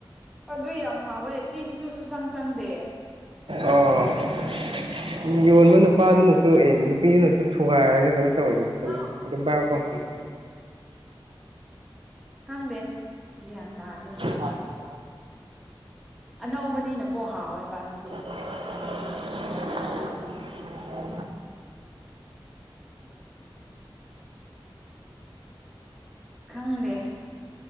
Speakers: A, in the centre; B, on the right.
A: ꯑꯗꯨ ꯌꯥꯝ ꯍꯥꯎꯋꯦ ꯇꯤꯟꯁꯨ ꯁꯨꯆꯪ ꯆꯪꯗꯦ
B: ꯑꯣ <unintelligible> ꯌꯣꯟꯕ ꯅꯨꯄꯥꯗꯨꯅ ꯇꯣꯛꯑꯦ ꯅꯨꯄꯤꯗꯨꯅꯁꯨ ꯊꯨꯒꯥꯏꯔꯒ ꯀꯅꯣ ꯇꯧꯋꯤꯅꯦ ꯐꯖꯅ
A: ꯑꯥꯎ
B: ꯑꯗꯨꯝ ꯕꯥꯔ ꯀꯣ ꯎꯝ
A: ꯈꯪꯗꯦ ꯒ꯭ꯌꯥꯟ ꯇꯥꯗꯦ
B: ꯅꯨꯄꯥꯅꯖꯨ
A: ꯑꯅꯧꯕꯅꯤꯅꯀꯣ ꯍꯥꯎꯋꯦꯕ ꯑꯗꯨꯗꯤ
B: <unintelligible>
A: <unintelligible> <unintelligible> ꯈꯪꯗꯦ